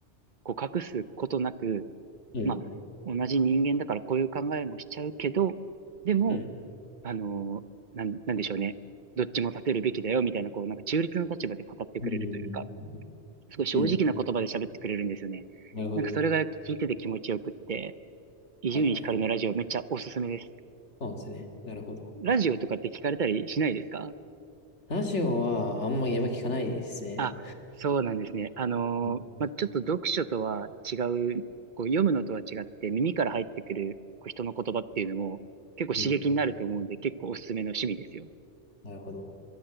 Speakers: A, on the right; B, on the left.
A: こう、隠すことなく、
B: うん。
A: まあ、同じ人間だからこういう考えもしちゃうけど、でも、
B: うん。
A: あのーなん、なんでしょうね。どっちも立てるべきだよ、みたいな、こう、なんか中立の立場で語ってくれるというか、
B: うんうん
A: すごい正直な言葉で喋ってくれるんですよね。
B: うん。うん。なるほど。
A: なんかそれが聞いてて気持ちよくって、伊集院光のラジオめっちゃおすすめです。
B: はいはいはい。そうですね。なるほど。
A: ラジオとかって聞かれたりしないですか
B: ラジオはあんまりやっぱ聞かないですね。
A: あ、そうなんですね。あのーまあ、
B: うん。
A: ちょっと読書とは違う、こう読むのとは違って耳から入ってくるこう人の言葉っていうのも結構刺激になると思うんで結構おすすめの趣味ですよ。
B: うん。なるほど。